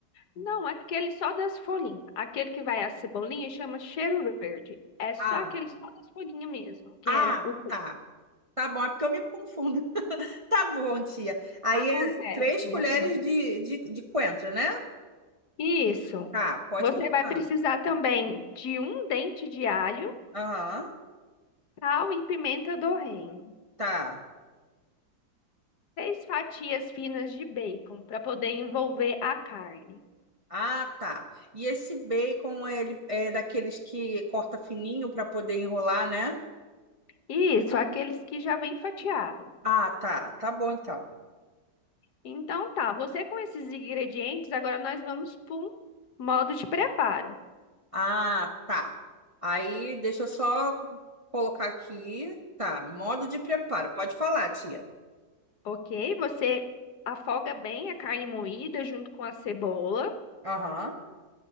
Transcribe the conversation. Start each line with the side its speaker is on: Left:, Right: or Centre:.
Left: Não, aquele só das folhinhas. Aquele que vai a cebolinha chama cheiro verde. É só
Right: Ah,
Left: aquele só das folhinhas mesmo, que
Right: ah,
Left: é o peito.
Right: tá. Tá bom, é porque eu me confundo. <laughs> Tá bom, tia. Aí
Left: Acontece,
Right: é três
Left: minha
Right: colheres
Left: flor.
Right: de, de, de coentro, né?
Left: Isso.
Right: Tá, pode
Left: Você
Right: continuar.
Left: vai precisar também de um dente de alho,
Right: Aham,
Left: sal e pimenta do reino.
Right: tá.
Left: Seis fatias finas de bacon para poder envolver a carne.
Right: Ah, tá. E esse bacon, ele é daqueles que corta fininho para poder enrolar, né?
Left: Isso, aqueles que já vem fatiado.
Right: Ah, tá. Tá bom, então.
Left: Então tá, você com esses ingredientes, agora nós vamos para um modo de preparo.
Right: Ah, tá. Aí deixa eu só colocar aqui. Tá, modo de preparo. Pode falar, tia.
Left: Ok, você afoga bem a carne moída junto com a cebola,
Right: Aham,